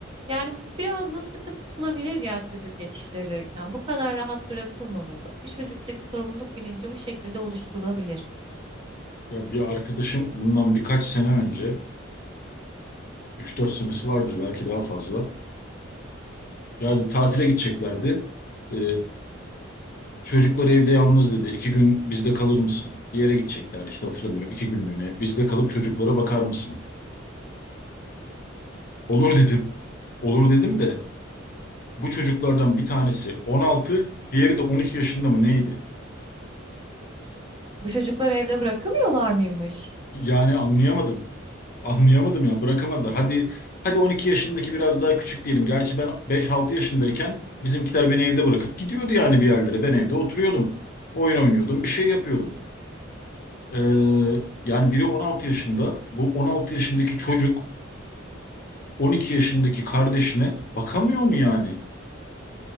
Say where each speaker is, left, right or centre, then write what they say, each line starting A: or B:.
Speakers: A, on the right (about 25°); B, on the left (about 45°).
A: Yani biraz da sıkı tutulabilir ya çocuk yetiştirilirken. Bu kadar rahat bırakılmamalı. Bir çocuktaki sorumluluk bilinci bu şekilde oluşturulabilir.
B: Ya bir arkadaşım bundan birkaç sene önce 3-4 senesi vardır belki daha fazla. Yani tatile gideceklerdi. Ee, çocuklar evde yalnız dedi. İki gün bizde kalır mısın? Bir yere gideceklerdi işte hatırlamıyorum. iki günlüğüne. Bizde kalıp çocuklara bakar mısın? Olur dedim. Olur dedim de bu çocuklardan bir tanesi 16, diğeri de 12 yaşında mı neydi?
A: Bu çocukları evde bırakamıyorlar mıymış?
B: Yani anlayamadım. Anlayamadım ya bırakamadılar. Hadi hadi 12 yaşındaki biraz daha küçük diyelim. Gerçi ben 5-6 yaşındayken bizimkiler beni evde bırakıp gidiyordu yani bir yerlere. Ben evde oturuyordum. Oyun oynuyordum, bir şey yapıyordum. Ee, yani biri 16 yaşında, bu 16 yaşındaki çocuk 12 yaşındaki kardeşine bakamıyor mu yani?